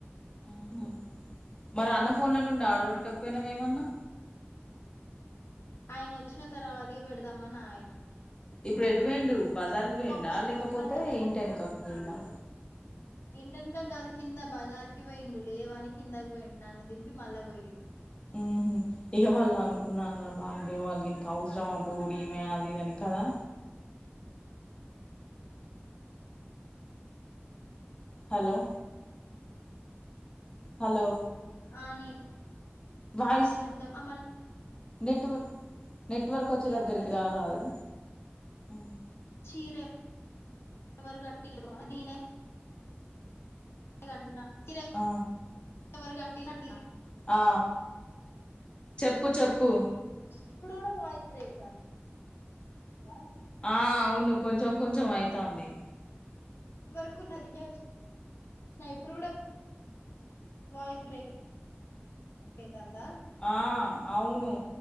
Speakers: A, on the left; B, on the left.
A: ఉహు మరి అన్న ఫోన్ల నుండి ఆర్డర్ పెట్టకపోయినవ్ ఏమన్నా
B: ఆయన వచ్చిన తరవాత పెడదామని ఆగిన
A: ఇప్పుడు ఎటు పోయిండు బజార్కి పోయిడా
B: పది
A: లేకపోతే
B: నిమిషాలలోనే
A: ఇంటి ఎనకకి పోయిండా
B: ఇంటెన్కాకి గాదు కింద బజార్కి పోయిండు లేవని కిందకి పోయిండు నన్ను దింపి మళ్ళా పోయిండు
A: ఉహు ఇగా వాళ్ళు అనుకున్నారు రా బార్గవు వాళ్ళు ఇంక ఈమెకి అవసరమా పోవుడు ఈమె అది ఇదని కదా హలో హలో
B: ఆ నేను
A: వాయిస్
B: అనే చెబ్దాం అ మళ్ళా
A: నెట్వర్క్ నెట్వర్క్
B: ఇంకేమన్నది
A: వచ్చే దగ్గరికి రారాదు మ్
B: చీర ఎవరు కట్టియలేదు నేనే కట్టిన చీర
A: ఆ
B: ఎవరుకట్టిల <unintelligible>
A: ఆ చెప్పు చెప్పు
B: ఇప్పుడు గూడా వాయిస్ బ్రేక్ అయితందా
A: ఆ అవును కొంచెం కొంచెం అయితంది
B: నేట్ వర్కు ఉన్నదికే వచ్చిన ఇప్పుడు గూడా వాయిస్ బ్రేక్ అవుతుందా
A: ఆ అవును